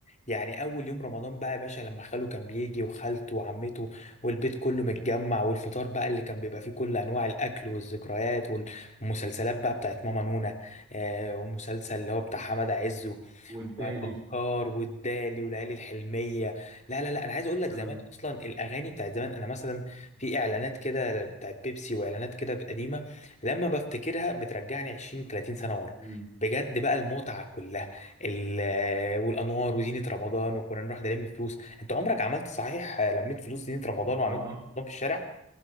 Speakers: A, on the left; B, on the right.
A: يعني اول يوم رمضان بقى يا باشا لما خاله كان بيجي وخالته وعمته والبيت كله متجمع والفطار بقى اللي كان بيبقى فيه كل انواع الاكل والذكريات والمسلسلات بقى بتاعت ماما نونا آه ومسلسل اللي هو بتاع حمد عز
B: والدالي
A: وبكار والدالي والليالي الحلميه لا لا لا انا عايز اقول لك
B: اه
A: زمان اصلا الاغاني بتاعت زمان انا مثلا في اعلانات كده بتاعت بيبسي واعلانات كده قديمه لما بفتكرها بترجعني 20 30 سنه ورا
B: مم.
A: بجد بقى المتعه كلها ال- والانوار وزينه رمضان وكنا نروح نلم فلوس انت عمرك عملت صحيح لميت فلوس زينه رمضان وعملت
B: اه
A: زينه رمضان في الشارع